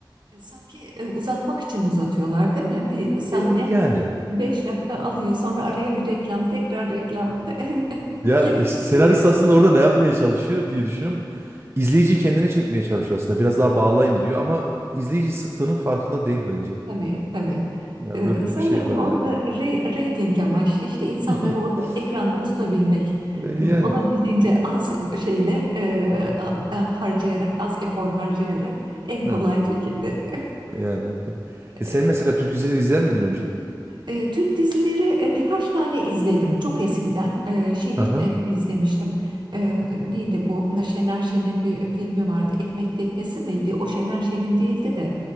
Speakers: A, on the right; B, on the right.
A: E, Sanki e, uzatmak için uzatıyorlar, değil mi? Bir sahne
B: E, yani
A: 5 dakika alıyor, sonra araya bir reklam, tekrar reklam <laughs>
B: ya
A: girmiş
B: işte senarist
A: gibi.
B: aslında orada ne yapmaya çalışıyor diye düşünüyorum. İzleyici kendine çekmeye çalışıyor aslında. Biraz daha bağlayayım diyor ama izleyici sıktığının farkında değil bence.
A: Tabii tabii.
B: Ya
A: Ee,
B: böyle
A: sanırım
B: de bir şey var
A: orada
B: yani.
A: re reyting amaçlı işte insanları
B: <laughs>
A: orada ekranda tutabilmek.
B: E,
A: Em,
B: Yani
A: Olabildiğince az şeyle e, am- e, harcayarak, az efor harcayarak en kolay
B: evet
A: şekilde.
B: yani. <laughs>
A: <laughs>
B: E sen mesela Türk dizileri izler miydin önceden?
A: E, Türk dizileri e, birkaç tane izledim çok eskiden. E, şeyi
B: Aha.
A: e, izlemiştim. E, neydi bu? Şener Şen'in bir filmi vardı. Ekmek Teknesi miydi? O Şener Şen'in değildi de.